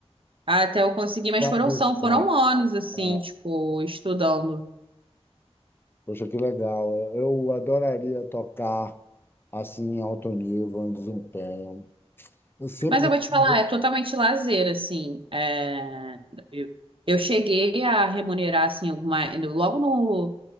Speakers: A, on the right; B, on the left.
A: até eu conseguir, mas
B: Tá,
A: foram, são, foram
B: tá.
A: anos, assim,
B: tá.
A: tipo, estudando.
B: Poxa, que legal. Eu adoraria tocar assim em alto nível, em desempenho. Eu sempre.
A: Mas eu vou
B: quis,
A: te falar,
B: né?
A: é totalmente lazer, assim. É, eu, eu cheguei a remunerar, assim, alguma. Logo no.